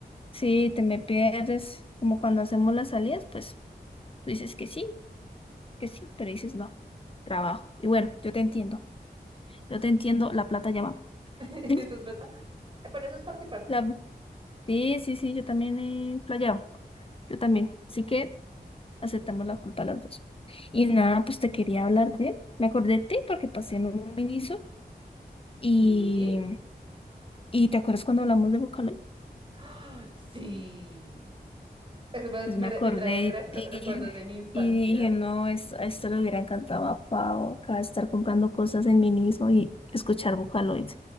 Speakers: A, on the left; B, on the right.
A: sí, te me pierdes, como cuando hacemos las salidas, pues tú dices que sí, que sí, pero dices no, trabajo. Y bueno, yo te entiendo, yo te entiendo, la plata llama.
B: <laughs>
A: <laughs>
B: Eso es verdad. Pero eso es parte y parte.
A: La- Sí, sí, sí, yo también he playado, yo también. Así que aceptamos la culpa las dos. Y nada, pues te quería hablar de, me acordé de ti porque pasé en un miniso y,
B: Y...
A: y ¿te acuerdas cuando hablamos de Vocaloid?
B: ¡Ay, sí. Eso me,
A: Pues
B: me-
A: me acordé
B: me trae recu-
A: de
B: recuerdos
A: ti
B: de mi infancia.
A: y dije, no, es- a esto le hubiera encantado a Pau, acá estar comprando cosas en miniso y escuchar Vocaloid.